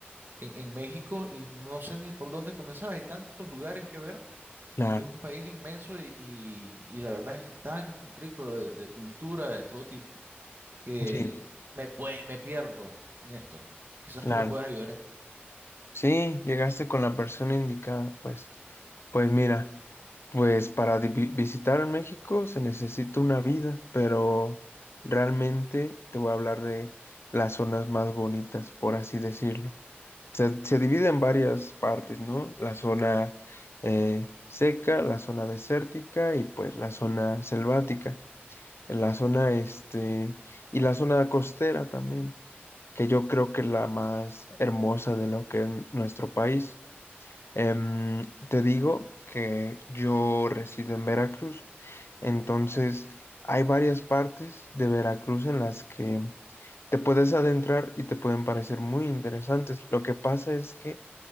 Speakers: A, on the right (about 60°); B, on the left (about 80°).
A: en, en México y no sé ni por dónde comenzar. Hay tantos lugares que ver.
B: Claro,
A: Es un país inmenso y, y- y la verdad es tan rico de, de cultura de todo tipo que
B: sí,
A: me, pue- me pierdo en esto. Quizás
B: claro.
A: tú me puedas ayudar en...
B: Sí, llegaste con la persona indicada, pues. Pues mira, pues para di- visitar México se necesita una vida, pero realmente te voy a hablar de las zonas más bonitas, por así decirlo. Se, se divide en varias partes, ¿no? La zona eh, seca, la zona desértica y pues la zona selvática. en la zona este y la zona costera también, que yo creo que es la más hermosa de lo que es nuestro país. Em, te digo que yo resido en Veracruz, entonces hay varias partes de Veracruz en las que te puedes adentrar y te pueden parecer muy interesantes. Lo que pasa es que